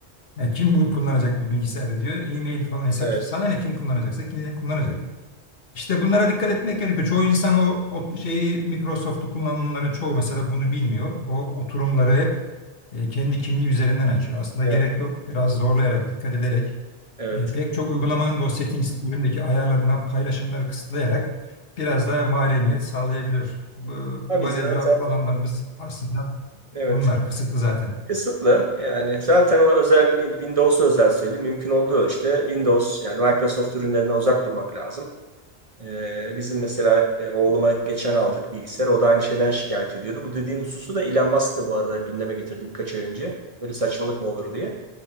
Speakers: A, on the left; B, on the right.
A: Yani kim bu kullanacak bir bilgisayarı diyor. E-mail falan hesap.
B: Evet.
A: işte. Sana ne kim kullanacaksa kim ne kullanacak. İşte bunlara dikkat etmek gerekiyor. Çoğu insan o, o şeyi Microsoft'u kullananların çoğu mesela bunu bilmiyor. O oturumları hep e, kendi kimliği üzerinden açıyor. Aslında
B: Evet.
A: gerek yok. Biraz zorlayarak, dikkat ederek
B: Evet.
A: e, pek çok uygulamanın da o settings bölümündeki ayarlarından paylaşımları kısıtlayarak biraz daha mahremiyet sağlayabilir. Bu manevra
B: Abi zaten
A: alanlarımız aslında
B: evet.
A: bunlar. Kısıtlı zaten.
B: Kısıtlı yani zaten o özel Windows özel söyleyeyim mümkün olduğu ölçüde Windows yani Microsoft ürünlerinden uzak durmak lazım. Ee, bizim mesela e, oğluma geçen aldık bilgisayar o da aynı şeyden şikayet ediyordu. Bu dediğin hususu da Elon Musk da bu arada gündeme getirdi birkaç ay önce. Böyle saçmalık mı olur diye.